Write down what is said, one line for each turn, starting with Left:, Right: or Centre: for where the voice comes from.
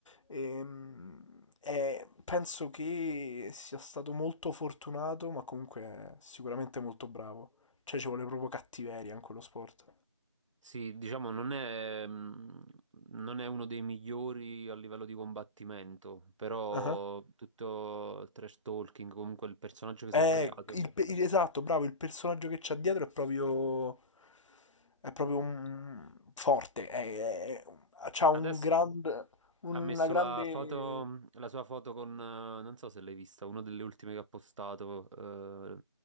Left: Ehm, e penso che sia stato molto fortunato, ma comunque è sicuramente molto bravo. Cioè, ci vuole proprio cattiveria in quello sport.
Right: Sì, diciamo, non è, mm, non è uno dei migliori a livello di combattimento, però
Left: Ah.
Right: tutto il trash talking, comunque il personaggio che
Left: Eh,
Right: si è creato.
Left: il pe- il- esatto, bravo, il personaggio che c'ha dietro è proprio... È proprio un- forte. È, è- c'ha
Right: Adesso
Left: un grande... Una
Right: ha messo
Left: grande...
Right: la foto, la sua foto con, eh, non so se l'hai vista, una delle ultime che ha postato, eh,